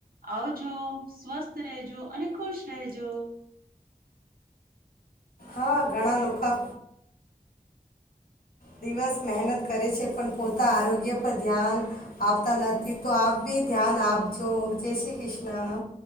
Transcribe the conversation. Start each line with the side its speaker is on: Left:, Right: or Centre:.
Right: આવજો સ્વસ્થ રેજો અને ખુશ રહેજો.
Left: હ ઘણા લોકા દિવસ મહેનત કરે છે પણ પોતા આરોગ્ય પર ધ્યાન આપતા નથી તો આપ બી ધ્યાન આપજો જય શ્રી કૃષ્ણ.